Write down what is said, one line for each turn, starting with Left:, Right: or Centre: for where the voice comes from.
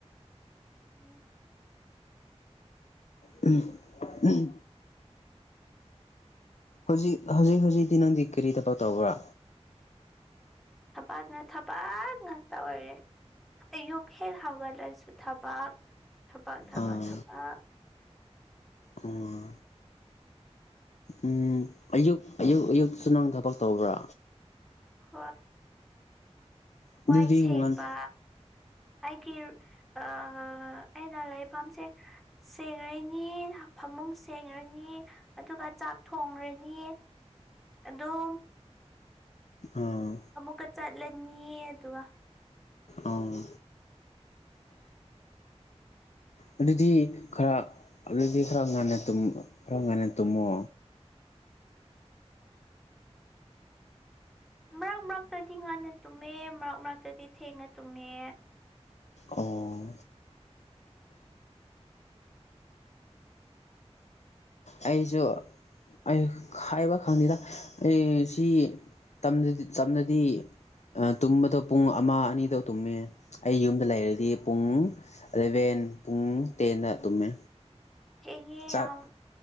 Centre: ꯎꯝ
Left: ꯍꯝ ꯍꯝ ꯍꯧꯖꯤꯛ ꯍꯧꯖꯤꯛ ꯍꯧꯖꯤꯛꯇꯤ ꯅꯪꯗꯤ ꯀꯔꯤ ꯇꯕꯛ ꯇꯧꯕ꯭ꯔꯥ
Centre: ꯊꯕꯛꯅ ꯊꯕꯛ ꯉꯥꯛꯇ ꯑꯣꯏꯔꯦ ꯑꯌꯨꯛ ꯍꯦꯛ ꯍꯧꯒꯠꯂꯁꯨ ꯊꯕꯛ ꯊꯕꯛ ꯊꯕꯛ
Left: ꯑꯥ
Centre: ꯊꯕꯛ
Left: ꯑꯥ ꯎꯝ ꯑꯌꯨꯛ ꯑꯌꯨꯛ ꯑꯌꯨꯛꯁꯨ ꯅꯪ ꯊꯕꯛ ꯇꯧꯕ꯭ꯔꯥ
Centre: ꯍꯣꯏ
Left: ꯑꯗꯨꯗꯤ
Centre: ꯋꯥꯏ ꯁꯦꯡꯕ
Left: ꯉꯟ
Centre: ꯑꯩꯒꯤ ꯑꯥ ꯑꯩꯅ ꯂꯩꯐꯝꯁꯦ ꯁꯦꯡꯔꯅꯤ ꯐꯃꯨꯡ ꯁꯦꯡꯔꯅꯤ ꯑꯗꯨꯒ ꯆꯥꯛ ꯊꯣꯡꯔꯅꯤ ꯑꯗꯨꯝ
Left: ꯑꯥ
Centre: ꯃꯨꯛꯀ ꯆꯠꯂꯅꯤ ꯑꯗꯨꯒ
Left: ꯑꯥ ꯑꯗꯨꯗꯤ ꯈꯔ ꯑꯗꯨꯗꯤ ꯈꯔ ꯉꯟꯅ ꯇꯨꯝ ꯈꯔ ꯉꯟꯅ ꯇꯨꯝꯃꯣ
Centre: ꯃꯔꯛ ꯃꯔꯛꯇꯗꯤ ꯉꯟꯅ ꯇꯨꯝꯃꯦ ꯃꯔꯛ ꯃꯔꯛꯇꯗꯤ ꯊꯦꯡꯅ ꯇꯨꯝꯃꯦ
Left: ꯑꯣ ꯑꯩꯁꯨ ꯑꯩ ꯍꯥꯏꯕ ꯈꯪꯗꯦꯗ ꯑꯩ ꯁꯤ ꯇꯝꯗꯗꯤ ꯇꯝꯗꯗꯤ ꯇꯨꯝꯕꯗꯣ ꯄꯨꯡ ꯑꯃ ꯑꯅꯤꯗꯥ ꯇꯨꯝꯃꯦ ꯑꯩ ꯌꯨꯝꯗ ꯂꯩꯔꯗꯤ ꯄꯨꯡ ꯑꯦꯂꯕꯦꯟ ꯄꯨꯡ ꯇꯦꯟꯗ ꯇꯨꯝꯃꯦ
Centre: ꯊꯦꯡꯉꯦ
Left: ꯆꯥꯛ
Centre: ꯌꯥꯝ